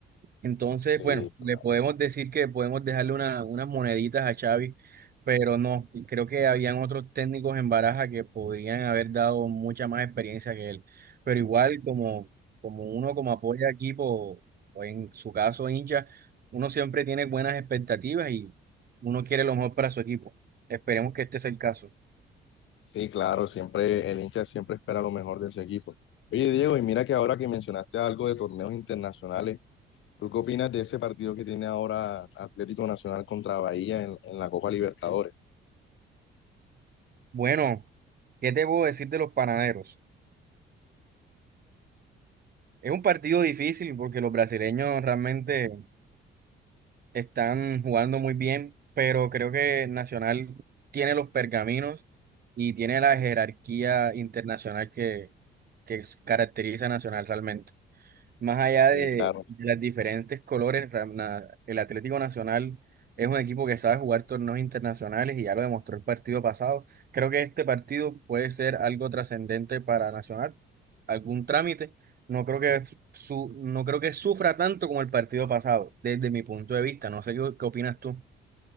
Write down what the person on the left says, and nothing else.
Sí,
claro.
Sí, claro, siempre el hincha siempre espera lo mejor de ese equipo. Oye, Diego, y mira que ahora que mencionaste algo de torneos internacionales, ¿Tú qué opinas de ese partido que tiene ahora Atlético Nacional contra Bahía en, en la Copa Libertadores?
Sí,
claro.